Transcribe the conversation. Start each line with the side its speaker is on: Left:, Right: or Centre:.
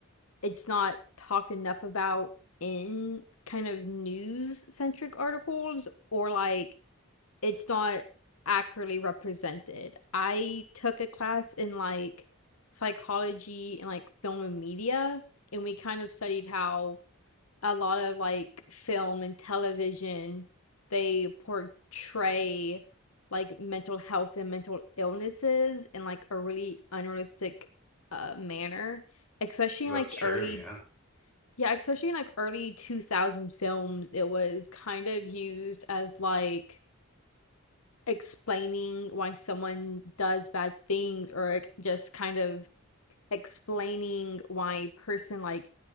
Left: it's not talked enough about in kind of news centric articles or like it's not accurately represented. I took a class in like psychology and like film and media, and we kind of studied how a lot of like film and television they portray like mental health and mental illnesses in like a really unrealistic uh manner, especially
Centre: That's
Left: in like
Centre: true,
Left: early
Centre: yeah.
Left: yeah, especially in like early 2000 films, it was kind of used as like explaining why someone does bad things or like, just kind of explaining why a person like